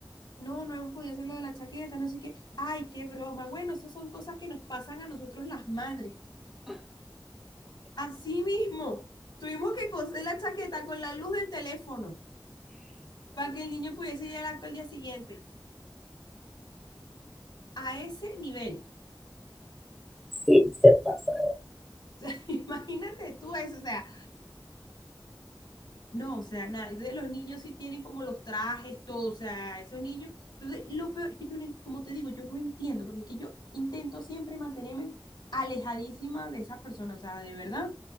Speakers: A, on the left; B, in the centre.
A: No, no hemos podido hacer lo de la chaqueta, no sé qué. Ay, qué broma. Bueno, esas son cosas que nos pasan a nosotros las madres. Así mismo, tuvimos que coser la chaqueta con la luz del teléfono para que el niño pudiese ir al acto al día siguiente. A ese nivel.
B: Sí, se pasa.
A: <laughs> Imagínate tú eso, o sea, No, o sea, nada. Entonces los niños sí tienen como los trajes, todo, o sea, esos niños. Entonces, lo peor es que yo, no en- como te digo, yo no entiendo, porque es que yo intento siempre mantenerme alejadísima de esas personas, o sea, de verdad.